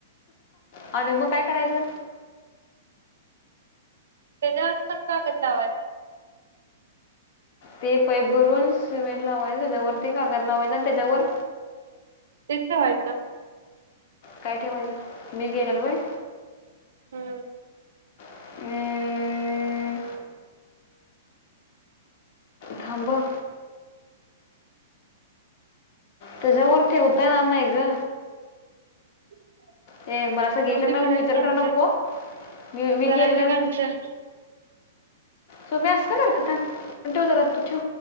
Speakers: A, on the left; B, on the right.
A: आणि मग काय करायचं?
B: त्याच्या आत पण कागद लावायचा.
A: ते पैप भरून सिमेट लावायच त्याच्यावरती कागद लावायचे आणि त्याच्यावर
B: तेथे व्हायच.
A: काय ठेवायचं मी गेल्याल होय.
B: हम्म.
A: अं, थांबव. त्याच्यावर ठेवता येणार नाही ग.
B: <inaudible>
A: ए मला सगळी
B: राहू
A: कडन
B: दे
A: विचार
B: करा कॅन्सल
A: कराय नको, मी मी
B: करायचं
A: गेलेल
B: कॅन्सल
A: सोमे असा करत्या थांब ठेव जरा ठेव